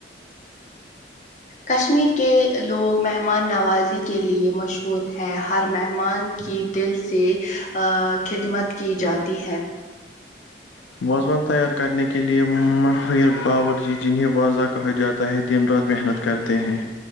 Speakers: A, on the left; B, on the left.
A: کشمیر کے لوگ مہمان نوازی کے لیے مشہور ہیں ہر مہمان کی دل سے خدمت کی جاتی ہے
B: وازوان تیار کرنے کے لیے ماہر باور جی جنہیں واضح کہا جاتا ہے دن رات محنت کرتے ہیں